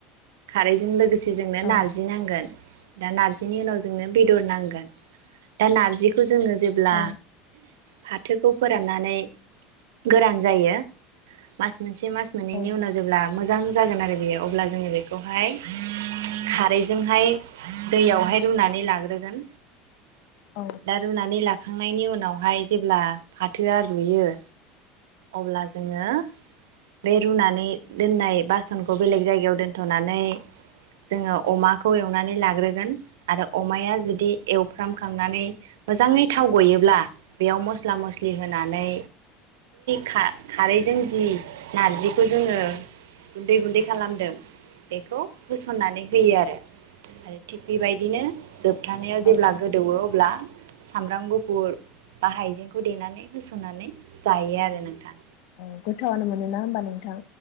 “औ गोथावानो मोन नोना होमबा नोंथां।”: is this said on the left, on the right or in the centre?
Left